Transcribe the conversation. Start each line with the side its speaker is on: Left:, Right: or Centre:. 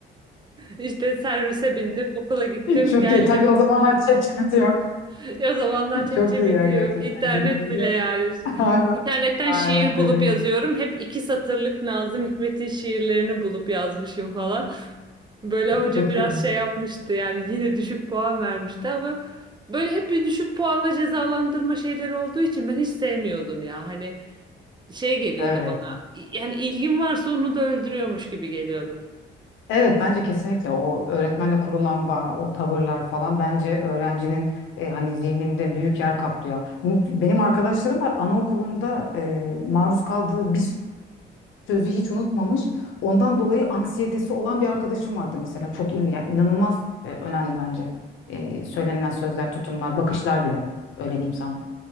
Right: İşte servise bindim, okula gittim,
Left: <laughs> çok
Right: geldim.
Left: iyi. Tabii o zamanlar ChatGPT yok.
Right: <laughs> O zamanlar ChatGPT
Left: Çok iyi ya
Right: yok,
Left: gerçekten.
Right: internet
Left: Güzel güzel.
Right: bile yani.
Left: <laughs> Aynen.
Right: İnternetten
Left: Aynen
Right: şiir bulup
Left: dediğin
Right: yazıyorum.
Left: gibi.
Right: Hep iki satırlık Nazım Hikmet'in şiirlerini bulup yazmışım falan. Böyle hoca
Left: Çok
Right: biraz
Left: iyiymiş.
Right: şey yapmıştı yani yine düşük puan vermişti ama böyle hep bir düşük puanla cezalandırma şeyleri olduğu için ben hiç sevmiyordum ya. Hani şey geliyordu
Left: Evet.
Right: bana yani ilgin varsa onu da öldürüyormuş gibi geliyordu.
Left: Evet bence kesinlikle o öğretmenle kurulan bağ, o tavırlar falan bence öğrencinin e, hani zihninde büyük yer kaplıyor. Benim arkadaşlarım var anaokulunda e, maruz kaldığı bir sözü hiç unutmamış. Ondan dolayı anksiyetesi olan bir arkadaşım vardı mesela. Çok ilginç, yani inanılmaz e, önemli bence. E, söylenilen sözler, tutumlar, bakışlar bile. Öyle diyeyim sana.